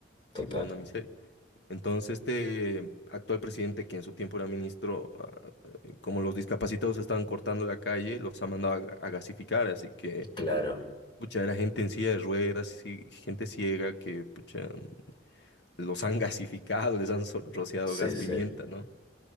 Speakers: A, on the left; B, on the left.
A: Total.
B: Sí, por una miseria. Entonces, este actual presidente, que en su tiempo era ministro, ah, eh, como los discapacitados estaban cortando la calle, los ha mandado a, a gasificar, así que,
A: Claro.
B: pucha, era gente en silla de ruedas, y gente ciega que, pucha, los han gasificado, les han so- rociado
A: Sí,
B: gas
A: sí.
B: pimienta, ¿no?